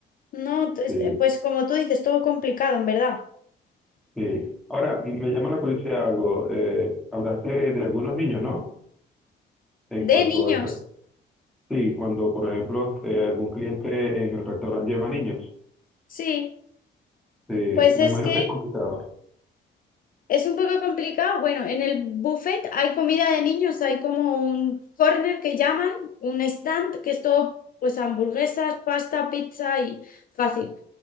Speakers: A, on the left (about 45°); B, in the centre.
A: No, t- este,
B: Sí,
A: pues como tú dices, todo complicado, en verdad.
B: sí. Ahora, me llama la curiosidad algo. eh, hablaste de algunos niños, ¿no? En
A: De
B: cuanto
A: niños,
B: al... tra- Sí, cuando, por ejemplo, eh, algún cliente en el restaurante lleva niños.
A: sí.
B: Sí, me
A: Pues es
B: imagino
A: que
B: que es complicado.
A: es un poco complicado. Bueno, en el buffet hay comida de niños, hay como un corner que llaman, un stand, que es todo, pues hamburguesas, pasta, pizza y fácil.